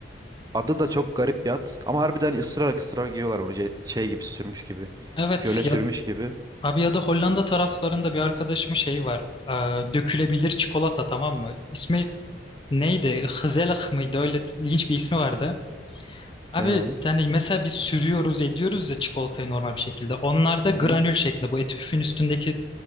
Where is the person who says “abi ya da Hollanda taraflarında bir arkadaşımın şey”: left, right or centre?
Left